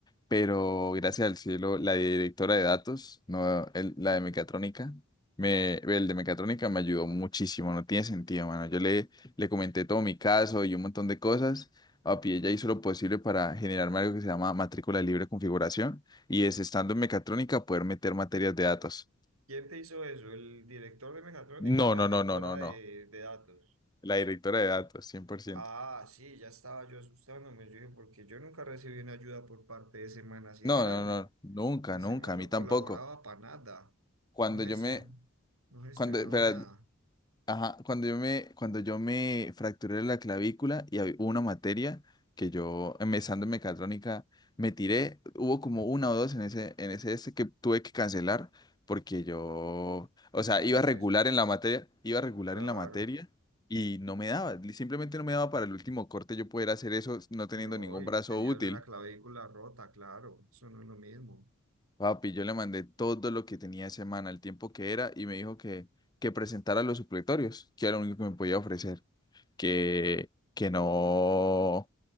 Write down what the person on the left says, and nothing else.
pero gracias al cielo, la directora de datos, no el- la de mecatrónica, me, el de mecatrónica me ayudó muchísimo, no tiene sentido, mano. Yo le, le comenté todo mi caso y un montón de cosas. Papi, ella hizo lo posible para generarme algo que se llama matrícula libre de configuración y es estando en mecatrónica poder meter materias de datos.
No,
no,
no, no, no, no.
La directora de datos, cien por ciento
No,
no, no, nunca,
nunca,
a
mí tampoco.
Cuando
yo me,
cuando, espera,
ajá, cuando yo me, cuando yo me fracturé la clavícula y hab- hubo una materia que yo, empezando en mecatrónica, me tiré, hubo como una o dos en ese, en ese este que tuve que cancelar porque yo, o
sea,
iba regular
en la materia, iba regular
en la materia y no me daba, li- simplemente no me daba para el último corte yo poder hacer eso no teniendo
ningún
brazo
útil.
Papi, yo le mandé todo lo que tenía ese man, el tiempo que era, y me dijo que, que presentara los supletorios, que era lo único que me podía ofrecer, que, que no,